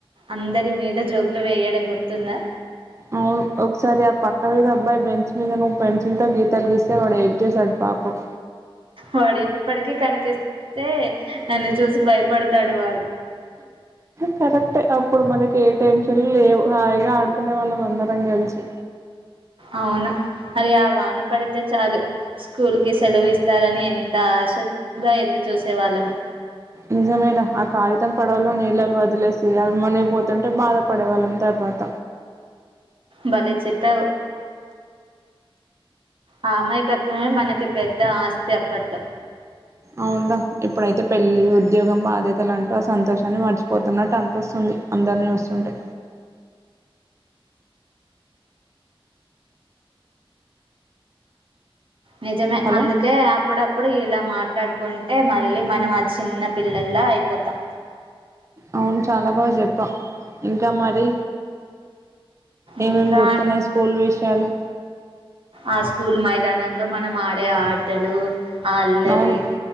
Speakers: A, on the right; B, on the right.
A: అందరి మీద జోకులు వేయడం గుర్తుందా
B: అవును ఒకసారి ఆ పక్క మీద అబ్బాయి బెంచ్ మీద నువ్వు పెన్సిల్ తో గీ తలగిస్తే వాడు ఏం చేశాడు పాప
A: వాడు ఇప్పటికీ కనిపిస్తే నన్ను చూసి భయపడతాడు వాడు
B: కరెక్టే అప్పుడు మనకి ఏ టెన్షన్లు లేవు హాయిగా ఆడుకునే వాళ్ళం అందరం కలిసి
A: అవును మరి ఆ వాన పడితే చాలు స్కూల్ కి సెలవు ఇస్తారని ఎంత ఆశగా ఎదురుచూసేవాళ్ళము
B: నిజమేద ఆ కాగితం పడలో నీళ్ళలు వదిలేసి అవిమనే పోతుంటే బాధ పడే వాళ్ళం తర్వాత
A: బలే చెప్ప ఆ అమాయకత్వమే మనకి పెద్ద ఆస్తి అప్పట్లో
B: అవ్ న్ రా ఇప్పుడైతే పెళ్ళి ఉద్యోగం బాధ్యతలు అంటూ ఆ సంతోషాన్ని మర్చిపోతున్నట్టు అనిపిస్తుంది అందరినీ చూస్తుంటే
A: నిజమే
B: హలో
A: అందుకే అప్పుడప్పుడు ఇలా మాట్లాడుకు అనుకుంటే మళ్ళీ మనం ఆ చిన్న పిల్లలా అయిపోతాం
B: అవును చాలా బాగా చెప్పా ఇంకా మరి
A: ఇంకా
B: ఏమేం గుర్తున్నాయ్ స్కూల్ విషయాలు
A: ఆ స్కూల్ మైదానంలో మనం ఆడే ఆటలు ఆ అల్లరి
B: అవును